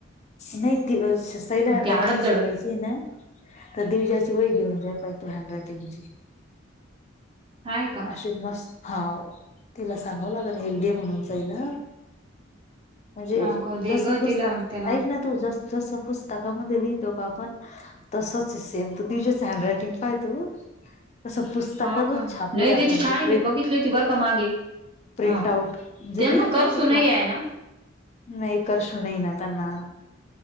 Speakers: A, on the left; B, on the right.
A: नाही साईल हँड
B: ते
A: रायटिंग
B: अडप जडप
A: शिकायची. ना तर दिवजाची वही घेऊन जाय पाहिज त हँड रायटिंग ची.
B: आहे का
A: अशी मस्त हा तिला सांगाव लाग एक दे म्हणून सईला. म्हणजे
B: हा का दे
A: जसं
B: ग
A: पुस्तक
B: तिला त्याला
A: ऐक ना तू जस. जस पुस्तकामध्ये लिहितो का आपण तसच सेम दिशा हँड रायटिंग. पाय तो तस पुस्तकात
B: हा का
A: छापलंय
B: नाही
A: आपण
B: तिची छान
A: ते
B: आहे
A: प्र.
B: मी बघितली होती बरं का मागे
A: प्रिंट
B: हो
A: आउट म्हणजे
B: त्यांना
A: नाही
B: करसू
A: त्याच
B: नाही
A: क्ला.
B: आहे ना
A: नाही करसु नाही ना त्यांना.